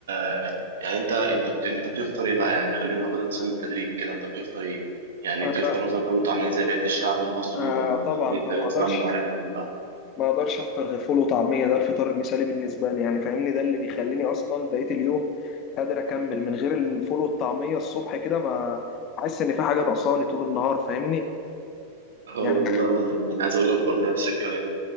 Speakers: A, on the right (about 60°); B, on the left (about 35°).
A: آه، يعني انت انت بت... انت بتفطر ايه بقى يعني خلينا ناخدها مثلا بالتدريج كده انت بتفطر ايه يعني
B: آه
A: بتفطر مثلا فول وطعميه زي بقيه الشعب المصري
B: آه،
A: ولا
B: طبعا
A: ليك
B: طبعا
A: حاجه
B: ما اقدرش
A: مثلا معينه بتحبها
B: ما اقدرش افطر غير فول وطعميه ده الفطار المثالي بالنسبه لي يعني فاهمني ده اللي بيخليني اصلا بقيه اليوم قادر اكمل من غير الفول والطعميه الصبح كده ما احس ان في حاجه ناقصاني طول النهار فاهمني
A: اه
B: يعني
A: والله وانا انا عايز اقول لك برضه نفس الكلام